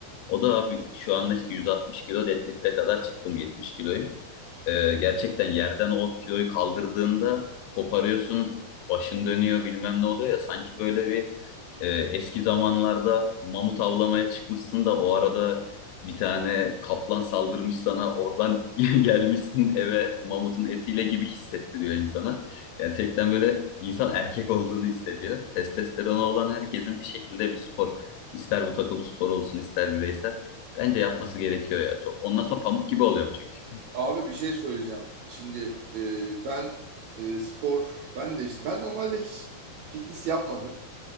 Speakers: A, on the left; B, on the right.
A: O da abi şu anda işte 160 kilo deadlift'e kadar çıktım 70 kiloyum. Ee, gerçekten yerden o kiloyu kaldırdığında koparıyorsun, başın dönüyor bilmem ne oluyor ya sanki böyle bir e, eski zamanlarda mamut avlamaya çıkmışsın da o arada bir tane kaplan saldırmış sana oradan <laughs> gelmişsin eve mamutun etiyle gibi hissettiriyor insana. Gerçekten böyle insan erkek olduğunu hissediyor. Testosteronu olan herkesin bir şekilde bir spor, ister bu takım sporu olsun ister bireysel, bence yapması gerekiyor ya. Çok, ondan sonra pamuk gibi oluyor çünkü.
B: Abi bir şey söyleyeceğim. Şimdi e, ben e, spor, ben de işte ben normalde hiç fitness yapmadım.